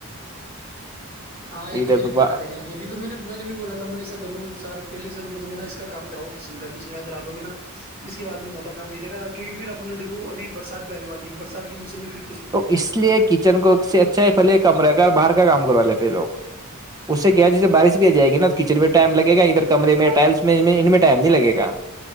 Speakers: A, on the right; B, on the right.
A: ہاں یہ تو
B: ادھر
A: پھر
B: باہر,
A: کرا د رہیں گ ہیں ابھی تو میں نے میں نے بھی بولا تھا میں نے ایسا کر لوں سارے پہلے سےر ا اس کام کراؤ کچن کا کچن کا کرا لو گے نھر اس بعد میں موٹا کام نہیں لےا کیہ پھر اپنے دیکھ ابھی برسات بھی آنے والی ہے برسات کے موسم میں پ
B: تو اس لیے کچن کو سب سے اچھا ہے پھلے کمرہ کا باہر کا کام کروا لیتے ہیں لوگ اس سے کیا جیسے بارش بھی آ جائے گی نا کچن میں ٹائم لگے گا ادھر کمرے میں ٹائلس میں ان میں ٹائم نہیں لگے گا